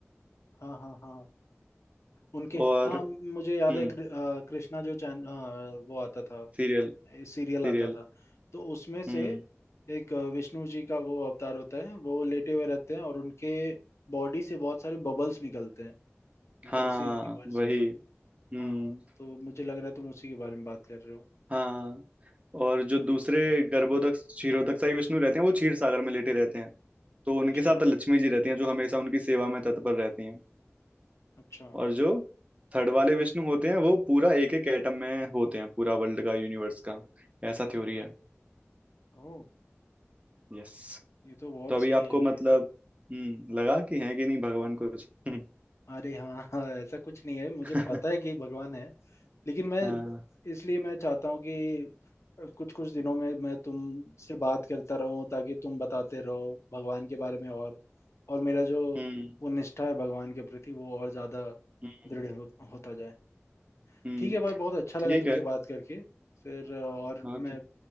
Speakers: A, on the left (about 75°); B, on the right (about 30°).
A: हाँ हाँ हाँ उनके
B: और
A: हाँ मुझे याद
B: हम्म
A: है कृ- अ, कृष्णा जो चैन हाँ, वो आता था
B: सीरियल
A: सीरियल
B: सीरियल
A: आता था तो उसमें से
B: हम्म
A: एक अ, विष्णु जी का वो अवतार होता है वो लेटे हुए रहते हैं और उनके बॉडी से बहुत सारे बबल्स निकलते हैं एक
B: हाँ
A: तरह से यूनिवर्स
B: वही
A: जैसा
B: हम्म
A: हाँ तो मुझे लग रहा है तुम उसी के बारे में बात कर रहे हो
B: हाँ और जो दूसरे गर्भोदक क्षीरोदकसाई विष्णु रहते हैं वो क्षीर सागर में लेटे रहते हैं तो
A: अच्छा
B: उनके साथ लक्ष्मी जी रहती हैं जो हमेशा उनकी सेवा में तत्पर रहती हैं
A: अच्छा
B: और जो थर्ड वाले विष्णु होते हैं वो पूरा एक एक एटम में होते हैं पूरा वर्ल्ड का यूनिवर्स का ऐसा थ्योरी है
A: ओह
B: यस
A: ये तो बहुत
B: तो अभी
A: सही
B: आपको
A: है
B: मतलब
A: यार
B: हम्म लगा कि है कि नहीं भगवान कुछ हम्म,
A: अरे हाँ हाँ ऐसा कुछ नहीं है मुझे
B: <laughs>
A: पता है कि भगवान है लेकिन मैं
B: हाँ
A: इसलिए मैं चाहता हूँ कि कुछ कुछ दिनों में मैं तुमसे बात करता रहूं ताकि तुम बताते रहो भगवान के बारे में और और मेरा जो
B: हम्म
A: वो निष्ठा है भगवान के प्रति वो और ज्यादा
B: हम्म
A: दृढ़ हो, होता जाए
B: हम्म,
A: ठीक है भाई बहुत अच्छा
B: ठीक
A: लगा तुमसे
B: है
A: बात करके फिर अ, और
B: ओके
A: मैं